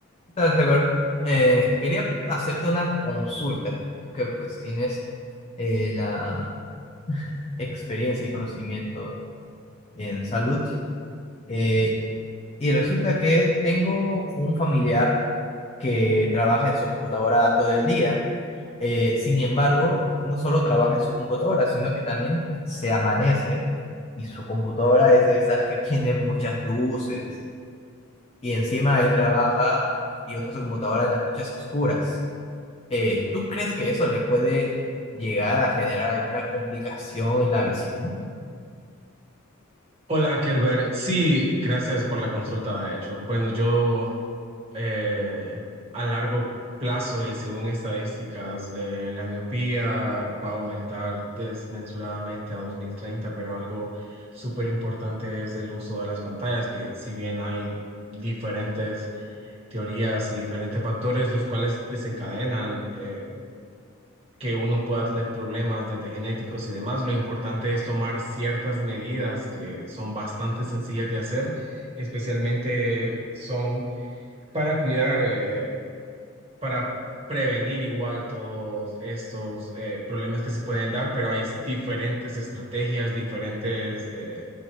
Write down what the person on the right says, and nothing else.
Hola, Kelber. Sí, gracias por la consulta, de hecho. Bueno, yo eh, a largo plazo y según estadísticas, eh, la miopía va a aumentar desmesuradamente a 2030, pero algo súper importante es el uso de las pantallas, que si bien hay diferentes teorías y diferentes factores los cuales desencadenan eh, que uno pueda tener problemas desde genéticos y demás. Lo importante es tomar ciertas medidas que son bastante sencillas de hacer, especialmente son para cuidar, eh, para prevenir igual todos estos eh, problemas que se pueden dar, pero hay diferentes estrategias, diferentes eh,